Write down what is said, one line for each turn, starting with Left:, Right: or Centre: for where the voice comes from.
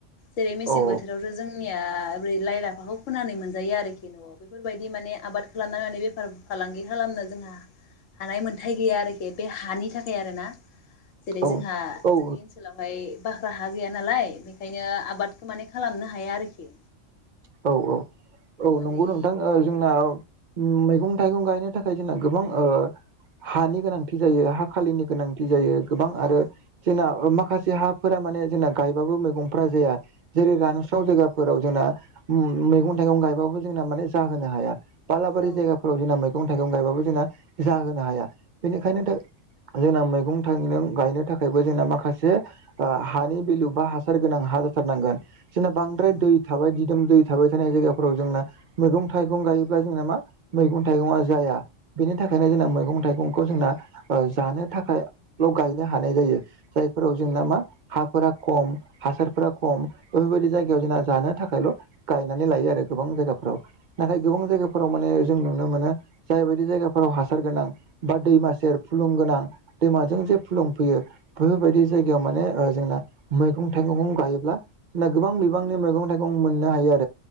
Left: जेरै मेसें
Right: औ
Left: बोथोरावथ जों जोंनिया ओरै लाइ लाफाखौ फोननानै मोनजायो आरोखि न'आव बेफोरबायदि माने आबाद <unintelligible> बेफार फालांगि खालामनो जोंहा हानाय मोनथाय गैया आरोखि बे हानि थाखाय आरोना जेरै
Right: औ
Left: जोंहा
Right: औ
Left: जोंनि ओनसोल ओनसोलावहाय बाख्रा हा गैया नालाय बेखायनो आबादखौ माने खालामनो हाया आरोखि
Right: औ औ औ
Left: ओरै
Right: नंगौ नोंथां ओ जोंना मैगं थाइगं गायनो थाखाय जोंना गोबां ओ हानि गोनांथि जायो हा खालिनि गोनांथि जायो गोबां
Left: औ
Right: आरो जोंना माखासे हा फोरा माने जोंना गायबाबो मैगंफ्रा जाया जेरै रानस्राव जायगाफोराव जोंना मैगं थाइगं गायबाबो जोंना माने जाहोनो हाया बालाबारि
Left: औ
Right: जायगाफ्राव जोंना मैगं थाइगं गायबाबो जोंना जाहोनो हाया बेनिखायनो दा जोंना मैगं थाइगं गायनो थाखायबो जोंना माखासे हानि भेलु बा हासार गोनां हा जाथारनांगोन जोंना बांद्राय
Left: औ
Right: दै थाबाय दिदोम दै थाबाय थानाय जायगाफोराव जोंना मैगं थाइगं गायोब्ला जोंना मा मैगं थाइगङा जाया बेनिथाखायनो जोंना
Left: औ
Right: मैगं थाइगंखौ जोंना जानो थाखायल गायनो हानाय जायो जायफोराव जोंना मा हाफोरा खम हासारफोरा खम बेफोरबायदि जायगायाव जोंना जानो थाखायल गायनानै लायो आरो गोबां जायगाफोराव नाथाय गोबां
Left: औ
Right: जायगाफोराव माने जों नुनो मोनो जायबायायदि जायगाफोराव हासार गोनां बा दैमा सेेर फुलुं गोनां दैमाजों जे फुलुंफैयो बेफोरबायदि जाय गायाव माने जोंना मैगं थाइगंखौ गायोब्ला जोंना गोबां बिबांनि मैगं थाइगं मोननो हायो आरो